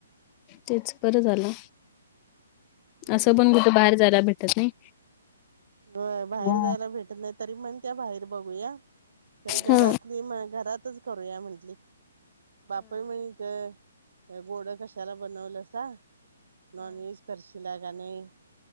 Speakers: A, on the left; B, on the right.
A: तेच बरं झालं.
B: हम्म
A: असं पण कुठे बाहेर जायला भेटत नाही.
B: होयं बाहेर
A: हा
B: जायला भेटत नाही तरी म्हणत्या बाहेर बघूया. खर घरातली
A: हा
B: म घरातच करूया म्हंटली. बापय म्हतय गोड कशाला बनवलंसा. नॉनव्हेज करशीला का नाही.